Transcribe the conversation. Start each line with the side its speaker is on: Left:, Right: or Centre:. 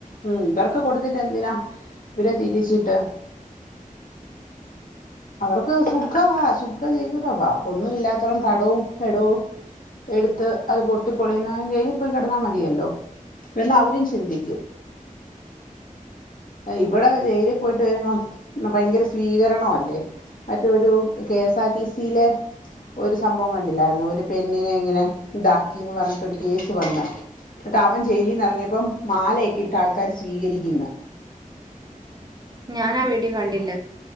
Left: ഉം ഇവർക്ക് കൊടുത്തിട്ട് എന്തിനാ ഇവരെ തീറ്റിച്ചിട്ട് അവർക്ക് സുഖവാ സുഖ ജീവിതവാ ഒന്നും ഇല്ലാത്തവൻ കടവും എടവും എടുത്ത് അത് പൊട്ടി പൊളിയുന്നവൻ ജയിലിൽ പോയി കിടന്നാൽ മതിയല്ലോ എന്ന് അവരും ചിന്തിക്കും ഇവിടെ ജയില് പോയിട്ട് വരുമ്പോം ഭയങ്കര സ്വീകരണ അ ല്ലേ മറ്റേ ഒരു K S R T C യിലെ ഒരു സംഭവം ക ണ്ടില്ലായിരുന്നോ ഒരു പെണ്ണിനെ ഇങ്ങനെ ഇതാക്കിന്ന് പറഞ്ഞിട്ടൊരു കേസ് വന്ന് ഇന്നട്ട് അവൻ ജയിലിന്ന് എറങ്ങിയപ്പം മാലയൊക്കെയിട്ട് ആൾക്കാര് സ്വീകരിക്കുന്ന്
Right: ഞാനാ വീഡിയോ കണ്ടില്ല